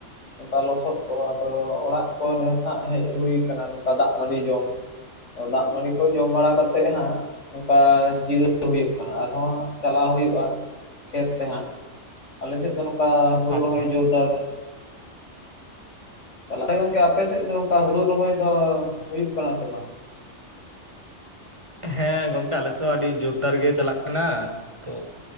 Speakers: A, on the left; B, on the right.
A: ᱱᱚᱝᱠᱟ ᱞᱚᱥᱚᱫ ᱠᱚ ᱟᱫᱚ ᱚᱲᱟᱜ ᱠᱚ ᱦᱟᱸᱜ ᱦᱮᱡ ᱦᱩᱭᱩ ᱠᱟᱱᱟ ᱱᱚᱝᱠᱟ ᱫᱟᱜ ᱢᱟᱹᱰᱤ ᱡᱚᱢ᱾ ᱫᱟᱜ ᱢᱟᱹᱲᱤ ᱠᱚ ᱡᱚᱢ ᱵᱟᱲᱟ ᱠᱟᱛᱮᱫ ᱦᱟᱸᱜ᱾ ᱚᱱᱠᱟ ᱡᱤᱨᱟᱹᱜ ᱦᱩᱭᱩᱜ ᱠᱟᱱᱟ ᱟᱨᱦᱚᱸ ᱪᱟᱞᱟᱣ ᱦᱩᱭᱩᱜᱼᱟ ᱠᱷᱮᱛ ᱛᱮᱦᱟᱸᱜ᱾ ᱟᱞᱮ ᱥᱮᱫ ᱫᱚ ᱱᱚᱝᱠᱟ ᱦᱩᱲᱩ
B: ᱟᱪᱪᱷᱟ
A: ᱨᱚᱦᱚᱭ ᱡᱳᱨᱫᱟᱨ ᱛᱟᱦᱚᱞᱮ ᱜᱚᱝᱠᱮ ᱟᱯᱮ ᱥᱮᱫ ᱫᱚ ᱱᱚᱝᱠᱟ ᱦᱩᱲᱩ ᱨᱚᱦᱚᱭ ᱫᱚ ᱦᱩᱭᱩᱜ ᱠᱟᱱᱟ ᱥᱮ ᱵᱟᱝ?
B: ᱦᱮᱸ ᱜᱚᱝᱠᱮ ᱟᱞᱮᱥᱮᱫ ᱦᱚᱸ ᱟᱹᱰᱤ ᱡᱳᱨᱫᱟᱨ ᱜᱮ ᱪᱟᱞᱟᱜ ᱠᱟᱱᱟ ᱛᱚ᱾